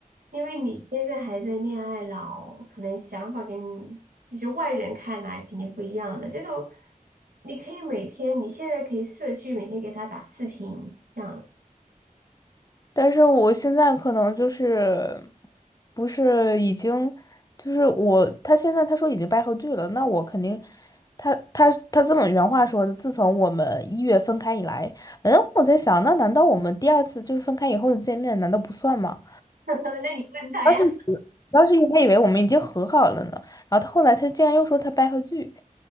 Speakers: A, on the right; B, on the left.
A: 因为你现在还在恋爱脑，可能想法跟就是外人看来肯定不一样的。这种你可以每天，你现在可以社区每天给他打视频，这样。
B: 但是我现在可能就是不是已经就是我他现在他说已经掰回剧了，那我肯定他他他这么原话说的，自从我们一月分开以来，嗯，我在想，那难道我们第二次就是分开以后的见面，难道不算吗？
A: <laughs> 那你问他呀？
B: 当时以当时还以为我们已经和好了呢，然后他后来他竟然又说他掰回剧，